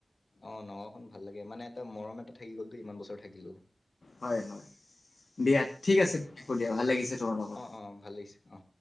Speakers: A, on the left (about 70°); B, on the left (about 80°).
A: অ নগাওখনন ভাল লাগে মানে এটা মৰম এটা থাকি গ'লত ইমান বছৰ থাকিলো
B: হয় হয় দিয়া ঠিক আছে হ দিয়া ভাল লাগিছে তোমাৰ লগত
A: অ অ ভাল লাগিছে অ